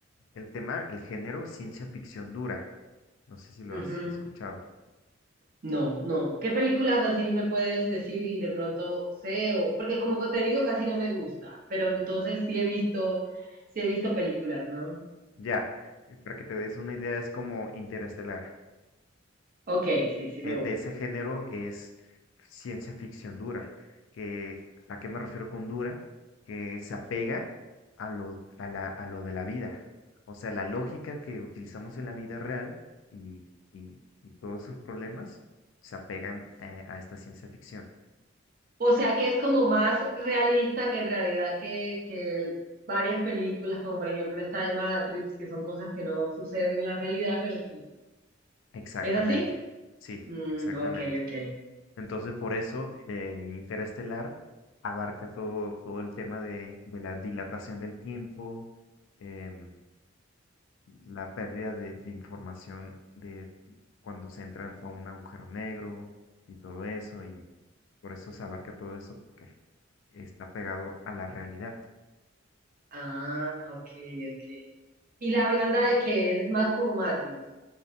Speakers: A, on the left; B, on the right.
A: El tema, el género, ciencia ficción dura. No sé si lo
B: ujú,
A: has escuchado.
B: No, no. ¿Qué películas así me puedes decir y de pronto sé o porque como que te digo casi no me gusta, pero entonces sí he visto, sí he visto películas, ¿no?
A: Ya, eh, para que te des una idea, es como Interestelar.
B: Ok, sí, sí
A: Eh,
B: me gusta.
A: de ese género es ciencia ficción dura. Que, ¿a qué me refiero con dura? Que se apega a lo, a la, a lo de la vida. O sea, la lógica que utilizamos en la vida real y, y, y todos sus problemas se apegan eh, a esta ciencia ficción.
B: O sea que es como más realista que en realidad que, que el- varias películas, como por ejemplo esta de Matrix, que son cosas que no suceden en la realidad, pero que
A: Exactamente.
B: ¿Es así?
A: Sí,
B: Mm,
A: exactamente.
B: ok, ok.
A: Entonces, por eso, en Interestelar abarca todo, todo el tema de, de la dilatación del tiempo, em, la pérdida de, de información de cuando se entran a un agujero negro y todo eso, y por eso se abarca todo eso, porque está pegado a la realidad.
B: Ah, ok, ok. ¿Y la blanda de qué es? Es más como Matrix.